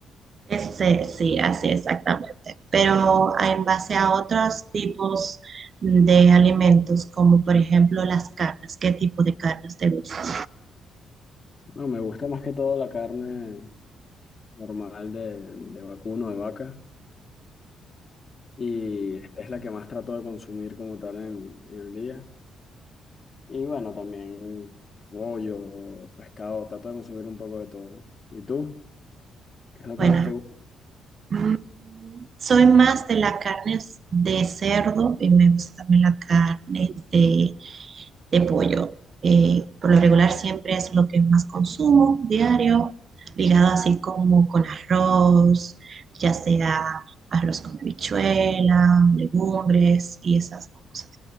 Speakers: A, on the right (about 50°); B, on the left (about 35°).
A: Este, sí, así exactamente. Pero a- en base a otros tipos de alimentos, como por ejemplo las carnes, ¿qué tipo de carnes te gustan?
B: No, me gusta más que todo la carne normal de, de vacuno, de vaca. Y es la que más trato de consumir como tal en en el día. Y bueno, también pollo, pescado, trato de consumir un poco de todo. ¿no? ¿Y tú? ¿Qué es lo
A: Bueno,
B: que más te gusta?
A: mm, soy más de las carnes de cerdo y me gusta también la carne de de pollo. Eh, por lo regular siempre es lo que más consumo diario, ligado así como con arroz, ya sea arroz con habichuela, legumbres y esas cosas.